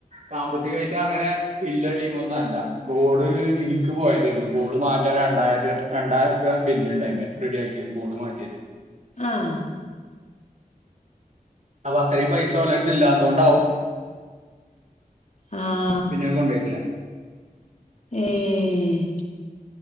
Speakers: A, on the right; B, on the left.
A: സാമ്പത്തികായിട്ട് അങ്ങനെ ഇല്ല ടീമൊന്നല്ല. ബോഡ് ഇടിക്ക് പോയതേര്ന്നു. ബോഡ് മാറ്റ രണ്ടായിരം രണ്ടായിരം ർപ്യ ബില്ല്ണ്ടയ്മ്മെ റെഡിയാക്കിയത് ബോർഡ് മാറ്റിയത്
B: ആഹ്
A: അപ്പൊ അത്തരിം പൈസ ഓലെര്ത്ത് ഇല്ലാത്തോണ്ടാവും
B: ആഹ്
A: പിന്നെ അത് കൊണ്ടോയ്ട്ട്ല്ല.
B: ഏഹ്